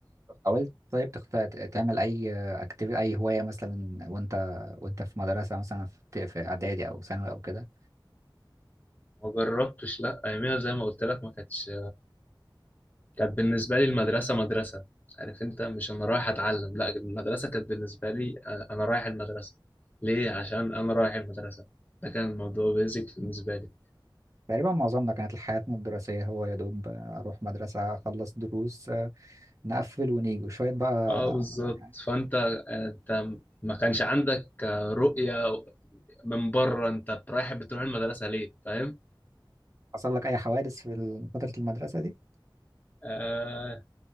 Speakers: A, on the right; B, on the left.
A: حاولت طيب تخت... تعمل اي اكتيفيتي اي هوايه مثلا وانت وانت في مدرسه مثلا في في اعدادي او ثانوي او كده
B: ما جربتش لا اياميها زي ما قلت لك ما كانتش كانت بالنسبة لي المدرسة مدرسة عارف انت مش انا رايح اتعلم لا المدرسة كانت بالنسبة لي آه، انا رايح المدرسة ليه عشان انا رايح المدرسة ده كان الموضوع بيزك بالنسبة لي
A: تقريبا معظمنا كانت حياتنا الدراسيه هو يا دوب اروح مدرسه اخلص دروس نقفل ونيجي وشويه بقى
B: اه بالظبط
A: يعني
B: فانت آه، انت ما كانش عندك آه، رؤية من بره انت رايح بتروح المدرسة ليه فاهم
A: حصل لك اي حوادث في فتره المدرسه دي
B: آه